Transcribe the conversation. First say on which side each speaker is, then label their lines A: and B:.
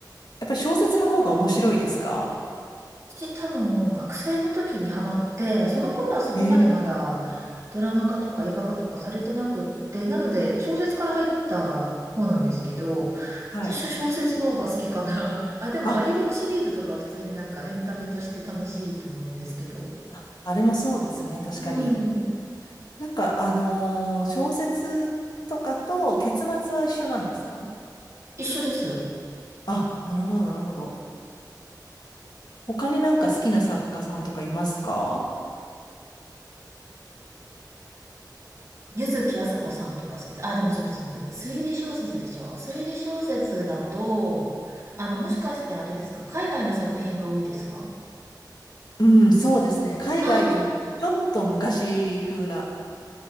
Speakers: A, on the left (about 70°); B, on the right (about 40°).
A: やっぱり小説の方が面白いですか
B: 私多分学生の時にハマって、その頃はそこまでまだドラマ化とか映画化とかされてなくって、
A: ええ
B: なので小説から入った方なんですけど、
A: はい。
B: 私は小説の方が好きかな。<laughs> あ、でもガリレオシリーズとかは普通になんかエンタメとして楽しいと思うんですけど。
A: あ、ああれもそうですね、確かに。
B: うん。
A: なんか、あのー小説とかと結末は一緒なんですか
B: 一緒です。
A: あ、なるほど、なるほど。他になんか好きな作家さんとかいますか
B: 柚木麻子さんとか好きで、あ、でもちょっと待ってください。推理小説でしょ。推理小説だと、あの、もしかしてあれですか海外の作品が多いですか
A: うん、そうですね。海外といっても、
B: あ、あー
A: ちょっと昔風な。